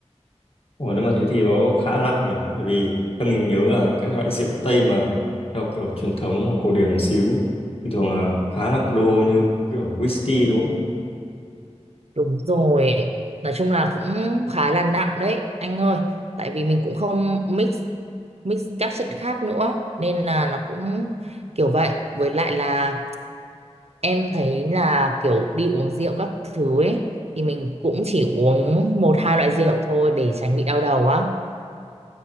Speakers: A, on the left (about 55°); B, on the right (about 65°).
A: Ủa, nếu mà thế thì nó khá nặng nhỉ bởi vì theo mình nhớ là các loại rượu Tây mà theo kiểu truyền thống hoặc cổ điển một xíu thì thường là khá nặng đô như kiểu whisky đúng không
B: đúng rồi nói chung là cũng khá là nặng đấy anh ơi tại vì mình cũng không mix mix các chất khác nữa nên là nó cũng kiểu vậy với lại là em thấy là kiểu đi uống rượu các thứ ấy thì mình cũng chỉ uống một hai loại rượu thôi để tránh bị đau đầu á